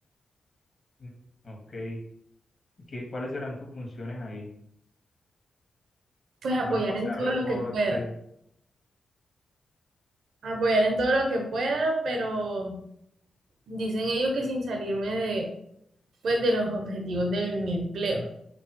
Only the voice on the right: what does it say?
pues apoyar
en todo
lo que pueda, apoyar en todo lo que pueda, pero... Dicen ellos que sin salirme de, pues, de los objetivos de mi empleo.